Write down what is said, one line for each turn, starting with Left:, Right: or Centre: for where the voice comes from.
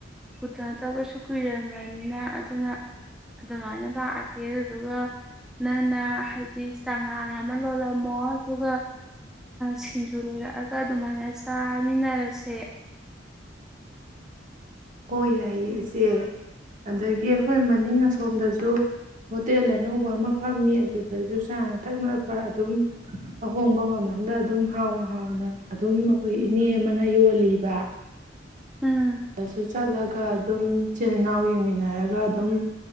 Centre: ꯎꯅꯗꯕꯁꯨ ꯀꯨꯏꯔꯕꯅꯤꯅ ꯑꯗꯨꯅ ꯑꯗꯨꯃꯥꯏꯅ ꯂꯥꯛꯑꯒꯦ ꯑꯗꯨꯒ ꯅꯪꯅ ꯍꯥꯏꯗꯤ ꯆꯉꯥꯡ ꯑꯃ ꯂꯣꯜꯂꯝꯃꯣ ꯑꯗꯨꯒ ꯁꯤꯡꯖꯨ ꯂꯩꯔꯛꯑꯒ ꯑꯗꯨꯃꯥꯏꯅ ꯆꯥꯃꯤꯟꯅꯔꯁꯦ
Right: ꯍꯣꯏ ꯌꯥꯏꯌꯦ ꯏꯆꯦ ꯑꯗꯒꯤ ꯑꯩꯈꯣꯏ ꯃꯅꯤꯡ ꯑꯁꯣꯝꯗꯁꯨ ꯍꯣꯇꯦꯜ ꯑꯅꯧꯕ ꯑꯃ ꯐꯝꯃꯤ ꯑꯗꯨꯗꯁꯨ ꯆꯥꯅ ꯊꯛ ꯑꯗꯨꯝ ꯑꯍꯣꯡꯕ ꯃꯃꯟꯗ ꯑꯗꯨꯝ ꯍꯥꯎꯅ ꯍꯥꯎꯅ ꯑꯗꯨꯝ ꯑꯩꯈꯣꯏ ꯏꯅꯦ ꯑꯃꯅ ꯌꯣꯜꯂꯤꯕ
Centre: ꯎꯝ
Right: <unintelligible> ꯆꯠꯂꯒ ꯑꯗꯨꯝ ꯏꯆꯤꯟ ꯏꯅꯥꯎ ꯌꯦꯡꯃꯤꯟꯅꯔꯒ ꯑꯗꯨꯝ